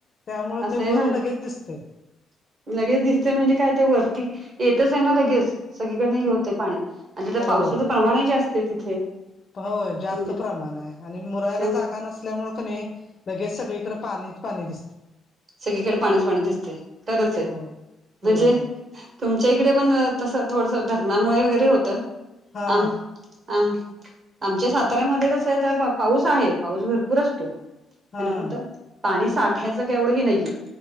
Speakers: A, on the left; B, on the right.
A: त्यामुळे
B: असं
A: ते
B: आहे
A: वर
B: ना
A: लगेच दिसते
B: लगेच दिसते म्हणजे काय ते वरती येतच आहे ना लगेच सगळीकडन हे होते पाणी आणि त्याच्यात
A: होय,
B: पावसाच प्रमाणही जास्त आहे तिथे
A: होय जास्त
B: म्हणजे
A: प्रमाण आहे आणि मुरायला
B: त्या
A: जागा नस ल्यामुळे नाही लगेच सगळीकडे पाणीच पाणी दिसत
B: सगळीकडे पाणीच पाणी दिसते तरच आहे
A: हो,
B: म्हणजे
A: होय.
B: तुमच्या इकडे पण तस थोडस धरणामुळे वगैरे होत
A: हा,
B: आम आ आमच्या साताऱ्यामध्ये कस आहे थोडा फार पाऊस आहे. पाऊस भरपूर असतो काही
A: हा.
B: नाही पुरत पाणी साठायच काय एवढ ही नाहीये